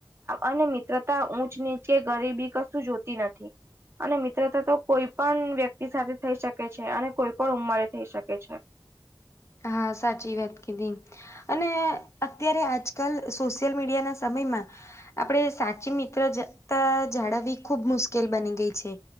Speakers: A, on the right (about 30°); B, on the left (about 30°).
A: અને મિત્રતા ઊંચ નીચે કે ગરીબી કશું જોતી નથી અને મિત્રતા તો કોઈ પણ વ્યક્તિ સાથે થઈ શકે છે અને કોઈ પણ ઉંમરે થઈ શકે છે
B: હા સાચી વાત કીધી અને અત્યારે આજકાલ સોશિયલ મીડિયાના સમયમાં આપડે સાચી મિત્ર જતા જાળવવી ખુબ મુશ્કેલ બની ગઈ છે